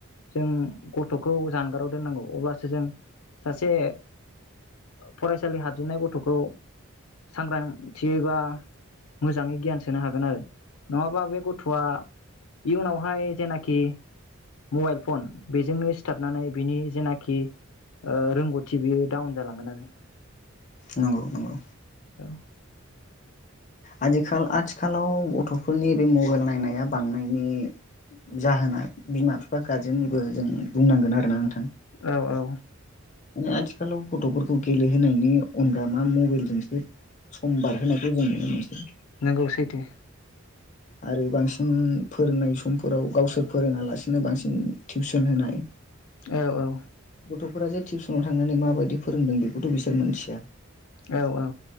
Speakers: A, on the left (about 85°); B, on the left (about 35°).
A: जों गथखौ जानगाराव दोननांगौ। अब्ला जों सासे फरायसालि हाबजेननाय गथखौ सांग्रांथि बा मोजाङै गियान सोनो हागोन आरो, नङाबा बे गथआ इयुनावहाय जेनाखि मबाइल फन बेजोंनो सिथाबनानै बिनि जेना खि ओ रोंगौथि बियो डाउन जालांगोन आरो।
B: नंगौ नंगौ
A: औ
B: आदिखाल आथिखालाव गथफोरनि बे मबाइल नायनाया बांनायनि जाहोना बिमा बिफा गारजेननिबो जों बुंनांगोन आरोना नोंथां।
A: औ औ
B: आथिखालाव गथफोरखौ गेलेहोनायनि अनगा मा मबाइलजोंसो सम बारहोनायखौ जों नुनो मोनसै।
A: नंगौ सैथो
B: आरो बांसिन फोरोंनाय समफोराव गावसोर फोरोङालासिनो बांसिन टिउसन होनाय।
A: औ औ
B: गथ'फोरा जे टिउसनाव थांनानै माबायदि फोरोंदों बेखौथ बिसोर मिथिया।
A: औ औ